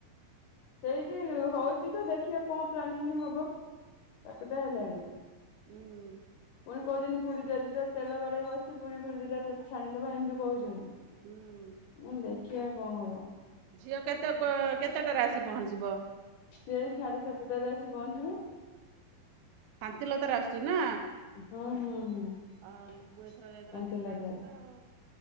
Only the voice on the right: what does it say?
ହୁଁ।
ହୁଁ।
ଝିଅ କେତେ କେତେଟାରେ ଆସି ପହଞ୍ଚିବ?
ଶାନ୍ତି ଲତାରେ ଆସୁଛି ନା।
ଆ ଲୁଗୁ
ଏଥର ଯାଇଥିଲା ସେଇଥର ଆସିଥିଲା ଆଉ।